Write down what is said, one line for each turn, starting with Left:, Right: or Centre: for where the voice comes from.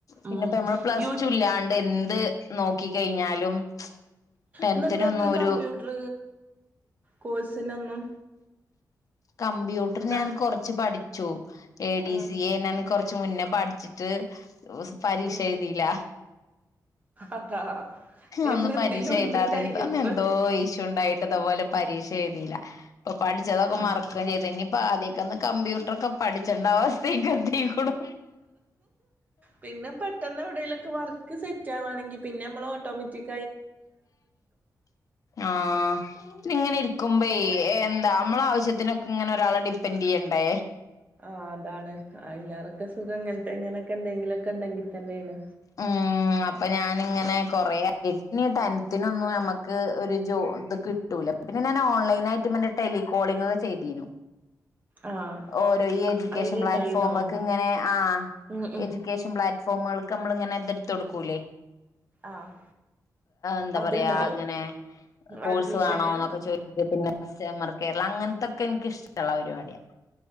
Left: പിന്നെപ്പ
Right: ഉം
Left: നമ്മള് പ്ലസ്
Right: യൂ
Left: ടു ഇല്ലാണ്ട് എന്ത് നോക്കി കഴിഞ്ഞാലും ടെൻത്തിനൊന്നും
Right: ഇന്നാ നിങ്ങൾക്ക് കമ്പ്യൂട്ടർ
Left: ഒരു
Right: കോഴ്സിനൊന്നും
Left: കമ്പ്യൂട്ടർ
Right: ത
Left: ഞാൻ കൊറച്ച് പഠിച്ചു A D
Right: ah
Left: C A ൻ കുറച്ച് കുറാച്ച് മുന്നേ പഠിച്ചിട്ട് പരീക്ഷ
Right: ഉം
Left: എഴുതില
Right: അതാ എല്ലാത്തിലും
Left: ഒന്ന് പരീക്ഷ ചെയ്താതെ
Right: ഉണ്ട് ടൈപ്പ്
Left: എന്തോ എന്തോ ഇഷ്യൂ ഉണ്ടായിട്ട് ഇതപോലെ പരീക്ഷ എഴുതിയില്ല ഇപ്പൊ പഠിച്ചതൊക്കെ
Right: ആഹ്
Left: മറക്കം ചെയ്തന്നനി ഇപ്പ ആദ്യ ന്ന് കമ്പ്യൂട്ടർ ഒക്കെ പഠിച്ചേണ്ട അവസ്ഥയും ക്കെതീക്കൂണു
Right: പിന്നെ പെട്ടെന്ന് എവിടലൊക്കെ വർ സെറ്റ് ആവാെങ്കിൽ പിന്നെ നമ്മൾ ഓട്ടോമാറ്റിക്
Left: ആ ഇങ്ങനെ ഇരി നക്കുമ്പ എന്താ നമ്മളെ ആവശ്യത്തിനൊക്കെ ഇങ്ങനെ ഒരാളെ ഡിപ്പെൻഡറ് ചെയ്യണ്ടേ
Right: ആ അതാണ് അയിലാറൊക്കെ സുഖം ഇങ്ങനത്തെ ഇങ്ങനൊക്കെ എന്തെങ്കിലും ഒക്കെ ഉണ്ടെങ്കിൽ തന്നെയാണ്
Left: ഉം അപ്പൊ ഞാനിങ്ങനെ കൊറ <unintelligible> ടെൻത്തിനൊന്നും നമുക്ക് ഒരു ജോ ഇത് കിട്ടൂല പിന്നെ ഞാൻ ഓൺലൈന ആയിട്ട്ന്റെ ടെലികോളിങ് ചെയ്തീനു
Right: ആഹ്
Left: ഓരോ ഈ എഡ്യൂക്കേഷൻ
Right: അയിലുണ്ടായിന്നോ
Left: പ്ലാറ്റ്ഫോമ ഒക്കെ ഇങ്ങനെ ആ
Right: ഉം ഉം
Left: എഡ്യൂക്കേഷൻ പ്ലാറ്റ്ഫോമുകൾക്ക് നമ്മള് ഇങ്ങനെ ഇത് എടുത്ത് കൊടുക്കൂല്ലേ
Right: ആഹ്
Left: എന്താ
Right: അതുണ്ടാവും
Left: പറയാ അങ്ങനെ കോഴ്സ്
Right: അഡ്മിഷന്
Left: വേണോ എന്നൊക്കെ ചോദ പിന്നെ കസ്റ്റമർ കേരളം അങ്ങനത്തൊക്കെ എനിക്ക്ഷ്ടമുള്ള പരിപാടിയാണ്